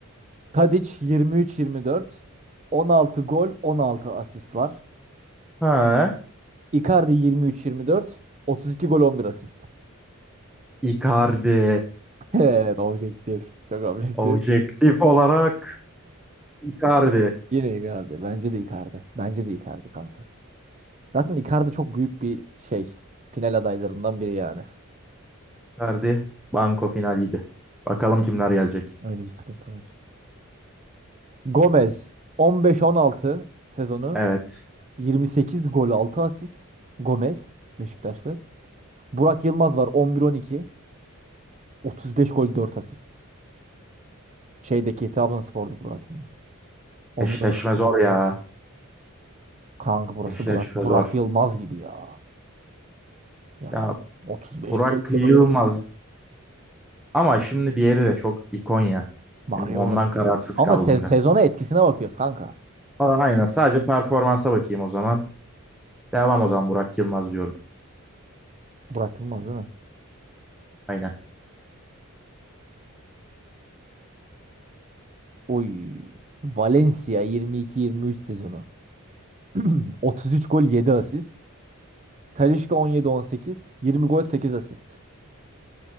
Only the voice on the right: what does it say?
Tadic 23-24. 16 gol, 16 asist var.
Icardi 23-24. 32 gol, 11 asist.
<laughs> Evet, objektif. Çok objektif.
Yine Icardi. Bence de Icardi. Bence de Icardi kanka. Zaten Icardi çok büyük bir şey. Final adaylarından biri yani.
Öyle bir sıkıntı var. Gomez 15-16 sezonu.
28 gol, 6 asist. Gomez Beşiktaşlı. Burak Yılmaz var 11-12. 35 gol, 4 asist. Şeydeki Trabzonspor'daki Burak Yılmaz. 11-12
kanka burası
Burak. Burak
Yılmaz gibi ya. Yani
35
gol
4 asist.
Mario
Gomez.
Ama
se-
sezona etkisine bakıyoruz kanka.
Burak Yılmaz değil mi?
Oy. Valencia 22-23 sezonu. <clears throat> 33 gol 7 asist. Talisca 17-18. 20 gol 8 asist.